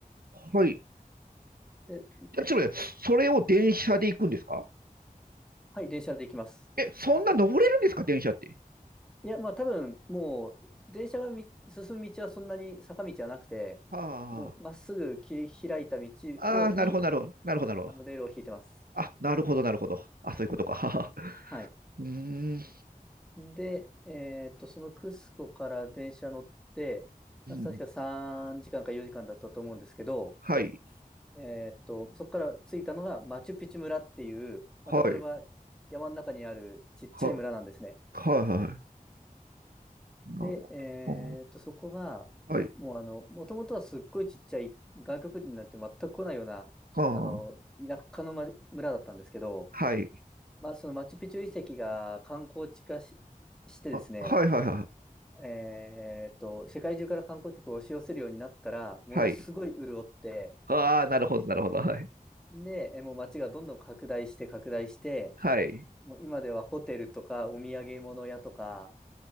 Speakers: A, on the right; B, in the centre.
A: はい。
B: で、で
A: じゃあ、ちょっと待ってそれを電車で行くんですか
B: はい、電車で行きます。
A: え、そんな登れるんですか電車って。
B: いや、まあ多分、もう、電車がみ進む道はそんなに坂道はなくて、
A: は
B: もうまっすぐ切り開いた道を、
A: あ、ああ、
B: に、
A: なるほど、なるほど、なるほど、なるほど。
B: あの、レールを引いてます。
A: あ、なるほど、なるほど。あ、そういうことか。はは
B: はい。
A: うーん、
B: で、えっと、そのクスコから電車乗って、
A: うん。
B: 確か3時間か4時間だったと思うんですけど、
A: はい、
B: えっと、そこから着いたのがマチュピチュ村っていう、またこれは山の中にあるちっちゃい村なんですね。
A: はい、は、はい、はい。なるほ
B: で、えーっと、そこが、
A: ど。はい、
B: もうあの、もともとはすっごいちっちゃい、外国人なんて全く来ないような、
A: はあ、
B: あの、田舎の、ま、村だったんですけど、
A: はい、
B: まあ、そのマチュピチュ遺跡が観光地化し、してですね、
A: あ、はい、はい、はい、
B: えーっと、世界中から観光客を押し寄せるようになったら、ものすごい潤って、
A: はい。ああ、なるほど、なるほど。はい、
B: で、えーもう街がどんどん拡大して拡大して、
A: はい。
B: もう今ではホテルとかお土産物屋とか